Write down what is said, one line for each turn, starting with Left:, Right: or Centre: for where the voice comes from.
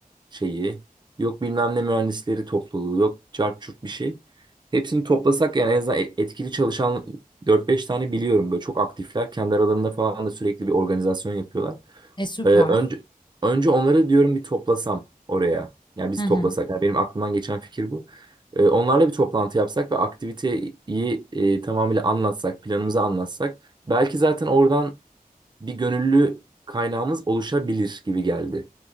Right: şeyi, yok bilmem ne mühendisleri topluluğu, yok cart curt bir şey. Hepsini toplasak yani en azından e- etkili çalışan dört beş tane biliyorum böyle çok aktifler. Kendi aralarında falan da sürekli bir organizasyon yapıyorlar.
Left: E süper.
Right: Ee, önce önce onları diyorum bir toplasam oraya. Yani biz
Left: Hı hı.
Right: toplasak. Yani benim aklımdan geçen fikir bu. Ee, onlarla bir toplantı yapsak ve aktiviteyi e, tamamıyla anlatsak, planımızı anlatsak. Belki zaten oradan bir gönüllü kaynağımız oluşabilir gibi geldi.